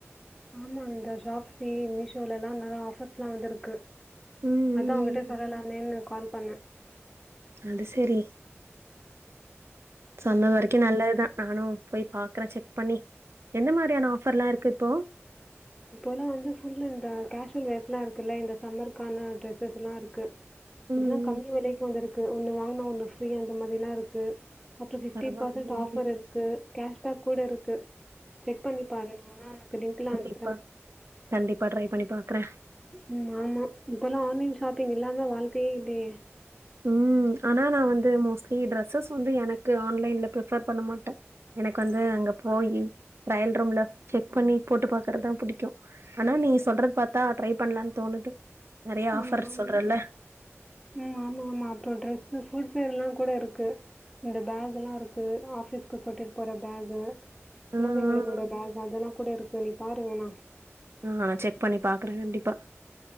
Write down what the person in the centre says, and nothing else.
ஆமா இந்த ஷாப்ஸி மீஷோலலா நல்ல ஆஃபர்ஸ்லா வந்துருக்கு
அதா உங்கட்ட
சொல்லலாமேன்னு கால் பண்ண
இப்போலா வந்து ஃபுல்லு இந்த கேஷுவல் வேர்ஸ்லா இருக்குல்ல இந்த சம்மருக்கான டிரெஸ்ஸஸ்லா இருக்கு அதல்லா
கம்மி
வெலைக்கு வந்திருக்கு ஒண்ணு வாங்குனா ஒண்ணு ஃப்ரீ அந்த மாதிலா இருக்கு அப்றோ ஃபிஃப்டி
பர்சன்ட் ஆஃபர் இருக்கு கேஷ்பேக் கூட இருக்கு செக் பண்ணி பாருணோனா ஒனக்கு லின்க்குலா அனுப்
ம் ஆமா இப்போல்லா ஆன்லைன் ஷாப்பிங் இல்லாம வாழ்கையே இல்லயே
ம்
ஆமா.
ம் ஆமா, ஆமா. அப்புறம் ட்ரெஸ்ஸு ஃபுட்வேரெல்லாங் கூட இருக்கு இந்த பேகுலா இருக்கு ஆஃபிஸ்க்கு கூட்டிட்டு போற பேகு குழந்தைங்களோட
பேகு அதெல்லா கூட இருக்கு நீ பாரு வேணா